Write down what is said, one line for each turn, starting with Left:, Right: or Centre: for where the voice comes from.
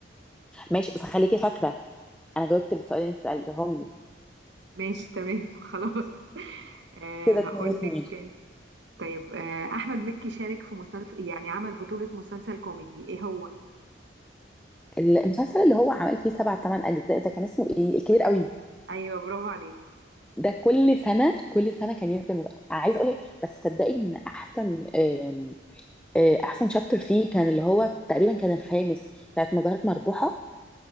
Centre: ماشي بس خليكي فاكره انا جاوبت السؤال اللي انت سالتهم لي
Right: ماشي تمام <laughs> خلاص آه
Centre: كده
Right: هقول
Centre: اتنين اتنين
Right: لك طيب آه احمد مكي شارك في مسلسل يعني عمل بطولة مسلسل كوميدي ايه هو
Centre: المسلسل اللي هو عمل فيه سبع تمن اجزاء ده كان اسمه ايه الكبير قوي
Right: ايوه برافو عليكي
Centre: ده كل سنه كل سنه كان ينزل مس- عايز اقول لك بس صدقي ان احسن آمم، آه، احسن شابتر فيه كان اللي هو تقريبا كان الخامس ساعه ما ظهرت مربوحه